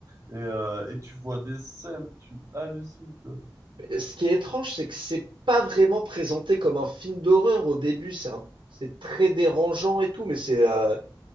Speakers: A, on the right; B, on the right.
A: Et, euh, et tu vois des scènes, tu hallucines, quoi.
B: Mais Ce qui est étrange, c'est que c'est pas vraiment présenté comme un film d'horreur au début. C'est un- c'est très dérangeant et tout, mais c'est euh,